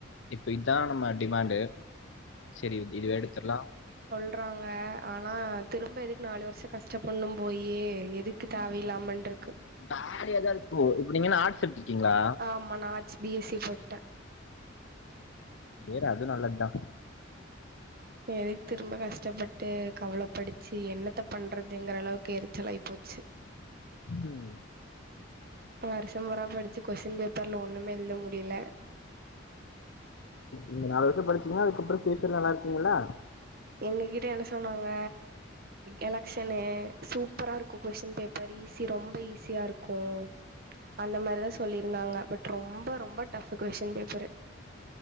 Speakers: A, on the left; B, on the right.
A: இப்ப இதா நம்ம டிமாண்டு செரி இதுவே எடுத்துரலா
B: ஒட்றாங்க ஆனா திரும்ப எதுக்கு நாலு வருஷ கஷ்ட பட்ணு போயி எதுக்கு தேவயில்லாமன்ருக்கு
A: ஜாலியதா இருக்கு இப்ப நீங்க என்ன ஆட்ஸ் எடுத்து இருக்கீங்களா
B: ஆமா நா ஆர்ட்ஸ் பி எஸ் சி போட்டே
A: சேரி அது நல்லது தா
B: எதுக்கு திரும்ப கஷ்டப்பட்டு கவள படிச்சு என்னத்த பண்றதுங்கிற அளவுக்கு எரிச்சல் ஆயி போச்சு ம்
A: ம்
B: வருஷ பூரா படிச்சு கொஸ்டின் பேப்பர்ல ஒன்னுமே எழுத முடில
A: இந்த நாலு வருஷ படிச்சிங்கன அதுக்கப்றோ பியூச்சர் நல்லா இருக்குமல்ல
B: எங்ககிட்ட என்ன சொன்னாங்க எலக்சனு சூப்பரா இருக்கு கொஸ்டின் பேப்பர் <unintelligible> ஈஸி ரொம்ப ஈஸியா இருக்கு அந்த மாரி தா சொல்லி இருந்தாங்க பட் ரொம்ப ரொம்ப டஃப்பு கொஸ்டின் பேப்பரு